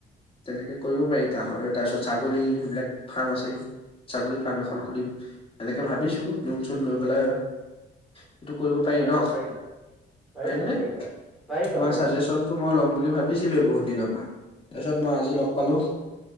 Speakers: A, on the left (about 25°); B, in the centre.
A: তেনেকে কৰিব পাৰি, গাহৰে তাৰ পিছত ছাগলী সেইবিলাক ফাৰ্ম আছেই ছাগলী ফাৰ্ম
B: অ',
A: এখন খুলিম এনেকে ভাবিছো লোন, চুন লৈ, পেলাই। সেইটো কৰিব পাৰি
B: পাৰিবা
A: ন,
B: পাৰিবা পাৰিবা
A: পাৰিম নে,
B: পাৰিবা
A: তোমাৰ
B: পাৰিবা
A: চাজেচন? মই ল'ম বুলি ভাবিছিলো এ বহুত দিনৰ পৰা তাৰপিছত মই আজি লগ পালো।